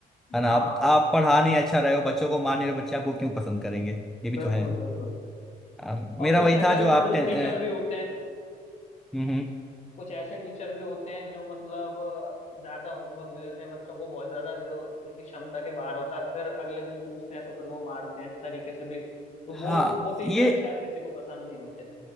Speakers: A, in the centre; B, on the left.
A: है ना
B: हाँ
A: आप आप पढ़ा नहीं अच्छा रहे हो बच्चों को मान नहीं रहे हो बच्चे आपको क्यों पसंद करेंगे ये भी
B: बिल्कुल
A: तो है
B: बिल्कुल
A: आ,
B: और
A: मेरा
B: कुछ
A: वही
B: ऐसे
A: था
B: भी
A: जो आप
B: खड़ूस
A: टे-
B: टीचर
A: अ,
B: भी होते हैं
A: हम्म हम्म।
B: कुछ ऐसे टीचर भी होते हैं जो मतलब अ, ज्यादा होमवर्क दे देते हैं बच्चों को बहुत ज्यादा जो उनकी क्षमता के बाहर होता है फिर अगले दिन पूछते हैं तो फिर वो मारते हैं इस तरीके से भी तो वो
A: हाँ
B: वो टीचर
A: ये
B: के शायद किसी को पसंद नहीं होते